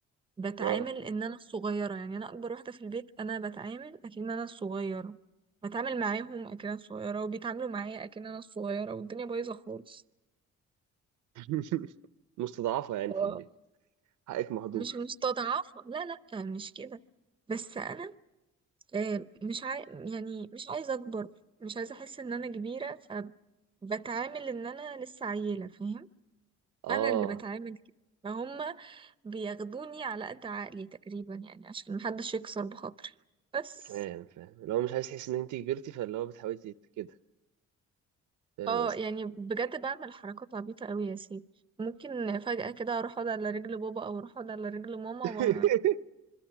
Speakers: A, on the right; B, on the right.
A: بتعامل
B: اه
A: ان انا الصغيره يعني انا اكبر واحده في البيت انا بتعامل اكن انا الصغيره بتعامل معاهم اكن انا الصغيره وبيتعاملوا معايا اكن انا الصغيره والدنيا بايظه خالص
B: <laughs> مستضعفة يعني
A: واو.
B: في البيت حقك مهدور
A: مش مستضعفه لا لا مش كده بس انا آه، مش عاي... يعني مش عايزه اكبر مش عايزه احس ان انا كبيره فبتعامل ان انا لسه عيله فاهم
B: اه
A: انا اللي بتعامل كده فهم بياخدوني على قد عقلي تقريبا يعني عشان محدش يكسر بخاطري بس
B: فاهم فاهم اللي هو مش عايز تحس ان انت كبرتي فاللي هو بتحاولي تت- كده فاهم
A: اه
B: قصدي
A: يعني بجد بعمل حركات عبيطة قوي يا سيدي ممكن فجأة كده اروح اقعد على رجل بابا او اروح اقعد على رجل ماما
B: <laughs>
A: و